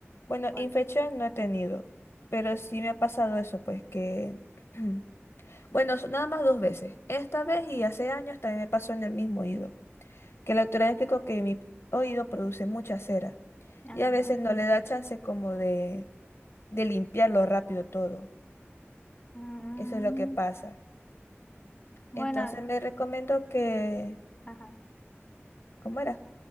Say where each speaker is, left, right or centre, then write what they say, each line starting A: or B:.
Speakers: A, on the left; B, on the left.
A: Bueno,
B: Por...
A: infección no he tenido. Pero sí me ha pasado eso, pues que. <clears throat> Bueno, so- nada más dos veces. Esta vez y hace años también me pasó en el mismo oído. Que la doctora me explicó que mi oído produce mucha cera.
B: Ajá.
A: Y a veces no le da chance como de, de limpiarlo rápido todo.
B: Mm,
A: Eso es lo que pasa.
B: bueno,
A: Entonces me recomendó que,
B: ajá,
A: ¿cómo era?